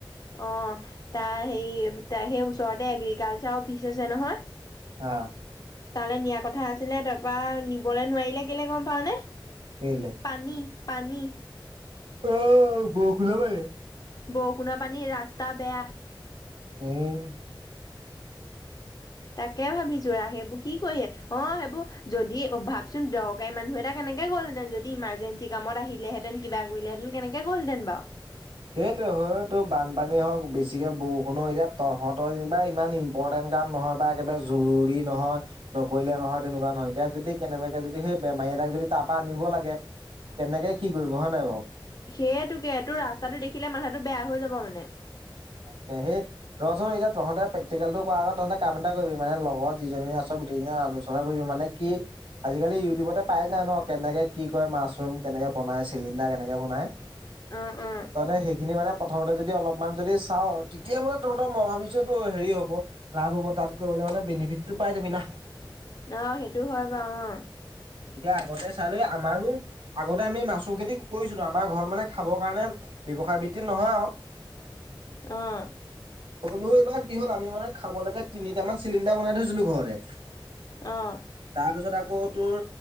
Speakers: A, on the left; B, on the right.
A: অ', তাই হেৰি, তাই সেই ওচৰতে এগ্ৰিকালচাৰ অফিচ আছে নহয়।
B: অ',
A: তালে নিয়া কথা আছিলে তাৰপৰা নিবলৈ নোৱাৰিলে কেলে গম পাও নে
B: গলেে
A: পানী পানী
B: অ বৰ খোলা বাৰে
A: বৰষুণৰ পানীৰ ৰাস্তা বেয়া
B: উম
A: তাকে ভাবিছো ৰা সেইবোৰ কি কৰিে অ সেইবোৰ যদি ভাবচোন দৰকাৰী মানুহ এটা কেনেকে গ'লহেঁতেন যদি ইমাৰ্জেঞ্চি সি কামত আহিলেঁতেন কালেহেতেন কেনেকৈ'লহেঁতেন বু
B: সেইটোৱ হয়তো বানপানী হওক বেছিকে বৰষুণো এতিয়া তহঁতহৰনিবা ইমান ইম্পৰ্টেণ্ট কাম নহয় বা একেবাৰে জৰুৰী নহয় নকৰিলে নহয় তেনেকুৱা নহয়তিয়া যদি কেনেবাকে যদি সেই বেমাৰী এটাক যদি তাৰ পৰা আনিব লাগে কেনেকে কি কৰিব হয়ে নাই বাৰু
A: সেইয়টোকে এইটো ৰাস্তাটো দেখিলে মাথাটো বেয়া হৈ যাব মানে
B: তাকাকে সেই ৰ এতিয়া তহঁতে প্ৰেক্টিকেল টোাৰ আগত তহতে কাম এটা কৰিবি মানে লগৰ যিজনী আছ গোটেইনে আন কৰিব মানে কি আজিকালি ইউটিউবতে পাই যায় ন কেনেকে কি ক মাছৰুম কেনেকে বনাই চিলিণ্ডাৰ কেনেকে বনায়
A: অ অ
B: তমানে সেইখিনি মানে প্ৰথমতে যদি অলপমান যদি চাও তেতিয়া মানে তহঁতৰ মই ভাবিছো এইটো হেৰি হ'ব লাভ হ'ব তাত কৰিবলৈ মানে বেনিফিট টো পাই যাব বিনা
A: অ সেইটো হয় বাৰু অ
B: গতিকে আগতে চালো আমাৰো আগতে আমি মাছৰ খেতি কৰিছিলো আমাৰ ঘৰত মানে খাবৰ কাৰণে ব্যৱসায় ভিত্তিত নহয় আৰু
A: অঁ
B: হ'লো এইবাৰ কি হ'ল আমি মানে খাব লগে তিনিটামান চিলিণ্ডাৰ বনাই থৈছিলো ঘৰে
A: অঁ
B: তাৰ পিছত আকৌ তোৰ